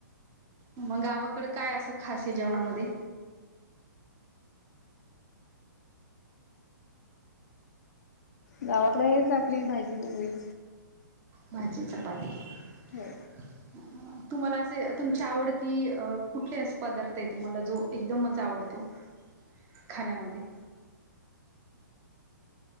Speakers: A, on the right (about 25°); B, on the left (about 60°).
A: मग गावाकड काय, असं खासय जेवणामध्ये?
B: गावाकडे, हेच आपली भाजी - पोळी.
A: भाजी- चपाती.
B: हो.
A: हा. तुम्हाला असे, तुमची आवडती, कुठले अस पदार्थय. तुम्हाला जो एकदमच आवडतो. खाण्यामध्ये.